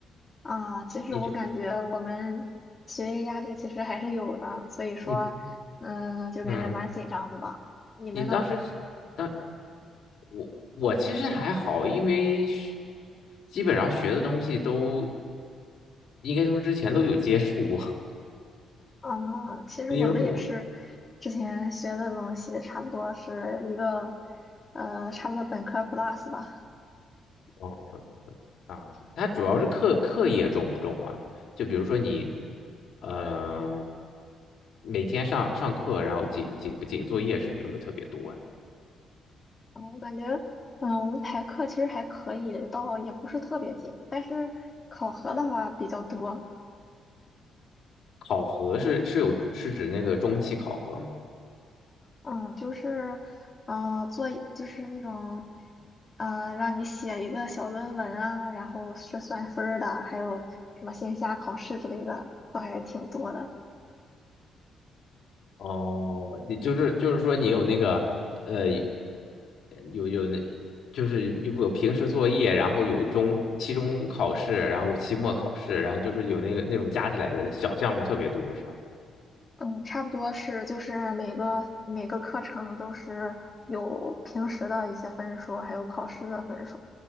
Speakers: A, on the left; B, on the left.
A: 啊，其实我感觉我们学业压力其实还是有的，
B: 你这
A: 所以说，
B: 你
A: 嗯，就感觉蛮紧张的吧。
B: 嗯，
A: 你们呢？
B: 你当时当我我其实还好，因为学基本上学的东西都应该说之前都有接触过，
A: 啊，其实我们也是，
B: 因为我。
A: 之前学的东西差不多是一个，呃，差不多本科 plus 吧。
B: 哦，啊，它主要是课课业重不重啊？就比如说你，呃，每天上上课，然后紧紧不紧作业是有没有特别多啊？
A: 嗯我感觉，嗯，我们排课其实还可以，倒也不是特别紧，但是考核的话比较多。
B: 考核是是有是指那个中期考核吗？
A: 嗯，就是，嗯，做一就是那种，呃，让你写一个小论文啊，然后是算分儿的，还有什么线下考试之类的，都还挺多的。
B: 哦，你就是就是说你有那个呃有有那就是有有平时作业，然后有中期中考试，然后期末考试，然后就是有那个那种加起来的小项目特别多是吧？
A: 嗯，差不多是就是每个每个课程都是有平时的一些分数，还有考试的分数。